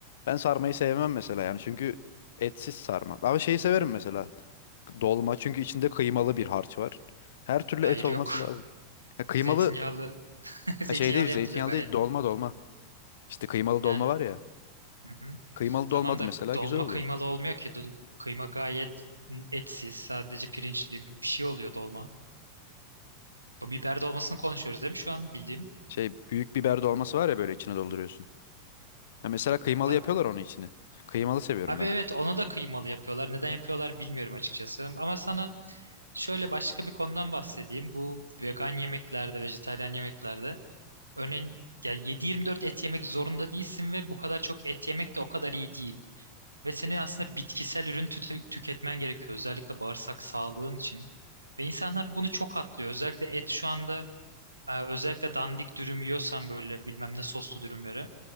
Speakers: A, on the left; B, on the right.
A: Ben sarmayı sevmem mesela yani çünkü etsiz sarma. Ama şeyi severim mesela. Dolma çünkü içinde kıymalı bir harç var. Her türlü
B: Hayır
A: et olması
B: yok. <laughs>
A: lazım. Ya kıymalı
B: Zeytinyağlı <laughs> zeytinyağlı
A: Ha, şey değil
B: yapılıyor
A: zeytinyağlı
B: gayet.
A: değil dolma dolma. İşte kıymalı
B: Yani.
A: dolma var ya.
B: Hı hı.
A: Kıymalı
B: Tamam
A: dolma
B: da
A: da mesela
B: dolma
A: güzel oluyor.
B: kıymalı olmuyor ki. Du- Kıyma gayet etsiz, sadece pirinçli bir bir şey oluyor dolma. Bu biber dolmasını konuşuyoruz değil mi şu an bildiğim?
A: Şey büyük biber dolması var ya böyle içine dolduruyorsun. Ha, mesela kıymalı
B: Ta-
A: yapıyorlar onun içini. Kıymalı seviyorum
B: Abi
A: ben.
B: evet onu da kıymalı yapıyorlar. Neden
A: Hı
B: yapıyorlar
A: hı.
B: bilmiyorum açıkçası. Ama sana şöyle başka bir konudan bahsedeyim. Bu vegan yemeklerde, vejetaryen yemeklerde örneğin ya yedi yirmi dört et yemek zorunda değilsin ve bu kadar çok et yemek de o kadar iyi değil. Ve senin aslında bitkisel ürün tüte- tüketmen gerekiyor. Özellikle bağırsak sağlığın için. Ve insanlar bunu çok atlıyor. Özellikle et şu anda e, özellikle dandik dürüm yiyorsan böyle bilmem ne soslu dürümleri.